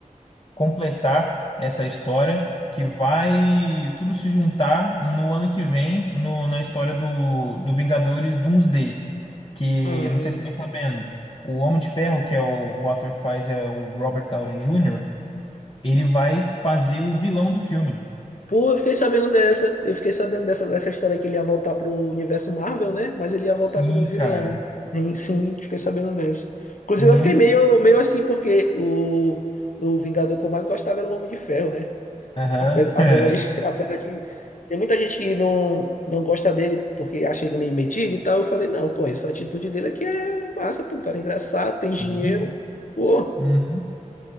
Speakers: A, on the left (about 40°); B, on the left (about 70°).
A: completar essa história que vai tudo se juntar no ano que vem no- na história do, do Vingadores Doomsday, que
B: Hum.
A: não sei se você está sabendo. O Homem de Ferro, que é o, o ator que faz é o Robert Downey Jr., ele vai fazer o vilão do filme.
B: Pô, eu fiquei sabendo dessa. Eu fiquei sabendo dessa, dessa história que ele ia voltar pro universo Marvel, né? Mas ele ia voltar
A: Sim,
B: como vilão.
A: cara.
B: Hein, Sim, fiquei sabendo dessa. Inclusive,
A: Muito.
B: eu fiquei meio, meio assim, porque o, o Vingador que eu mais gostava era o Homem de Ferro, né?
A: Aham.
B: Apesar, apesar
A: <laughs>
B: de, <laughs> apesar de ter muita gente que não, não gosta dele porque acha ele meio metido e tal, eu falei, não, pô, essa atitude dele aqui é massa, pô, um cara é engraçado, tem dinheiro,
A: Sim, pô.
B: pô.
A: Uhum.